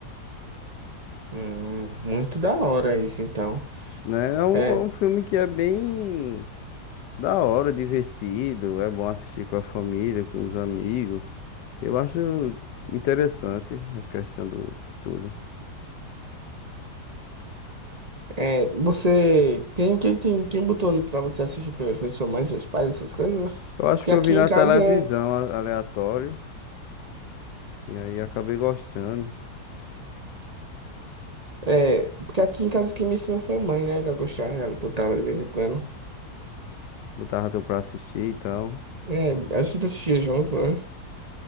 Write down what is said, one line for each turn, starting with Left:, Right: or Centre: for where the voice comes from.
Right: Hum, muito da hora isso, então.
Left: né? É um,
Right: É,
Left: é um filme que é bem da hora, divertido, é bom assistir com a família, com os amigos. Eu acho interessante a questão do de tudo.
Right: é, você, quem, quem, quem, quem botou pra você assistir primeiro? Foi sua mãe, seus pais, essas coisas?
Left: Eu acho
Right: Porque
Left: que
Right: aqui
Left: eu vi na
Right: em casa,
Left: televisão a- aleatório e aí acabei gostando.
Right: é, porque aqui em casa quem me ensinou foi a mãe, né? Ela gostava, ela botava de vez em quando.
Left: Botava tu pra assistir e tal.
Right: É, a gente assistia junto, né?